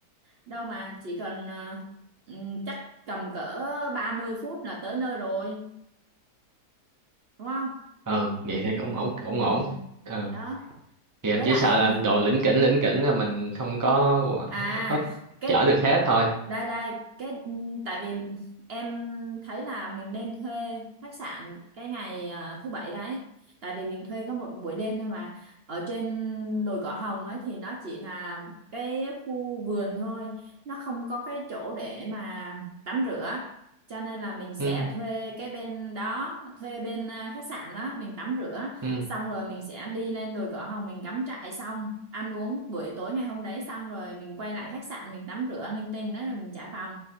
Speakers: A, on the right; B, on the right.
A: đâu mà chỉ cần ờ, ừm, chắc tầm cỡ 30 phút là tới nơi rồi đúng không
B: Ừ, vậy thì cũng ổn ổn ổn.
A: ừ.
B: Ừ.
A: đó
B: Thì anh
A: với
B: chỉ
A: lại
B: sợ
A: ờ,
B: là đồ lỉnh kỉnh lỉnh kỉnh là mình không có
A: à
B: không có
A: cái
B: chở được hết thôi.
A: đây đây cái ừ, tại vì em thấy là mình nên thuê khách sạn cái ngày à, thứ bảy đấy tại vì mình thuê có một buổi đêm thôi mà ở trên đồi cỏ hồng ấy thì nó chỉ là cái khu vườn thôi nó không có cái chỗ để mà tắm rửa cho nên là mình sẽ
B: Ừ.
A: thuê cái bên đó thuê bên à, khách sạn đó mình tắm rửa
B: Ừ.
A: xong rồi mình sẽ đi lên đồi cỏ hồng mình cắm trại xong ăn uống buổi tối ngày hôm đấy xong rồi mình quay lại khách sạn mình tắm rửa linh tinh đó là mình trả phòng